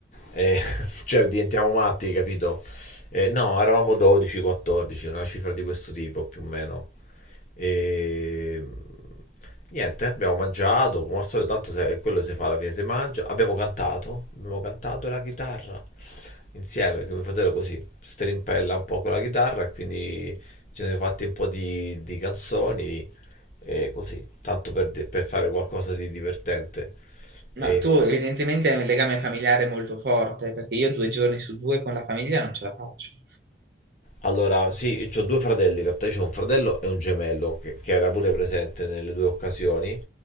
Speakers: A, on the left; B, on the right.
A: <laughs> cioè diventiamo matti, capito? Eh, no, eravamo 12, 14, una cifra di questo tipo più o meno. E... Niente, abbiamo mangiato, come al solito, tanto se- quello si fa alla fine, si mangia. Abbiamo cantato, abbiamo cantato la chitarra insieme, che mio fratello così strimpella un po' con la chitarra e quindi ci siamo fatti un po' di, di canzoni e così, tanto per, di- per fare qualcosa di divertente. E
B: No, tu evidentemente hai un legame familiare molto forte, perché io due giorni su due con la famiglia non ce la faccio.
A: allora, sì, ho due fratelli, in realtà io ho un fratello e un gemello che, che era pure presente nelle due occasioni,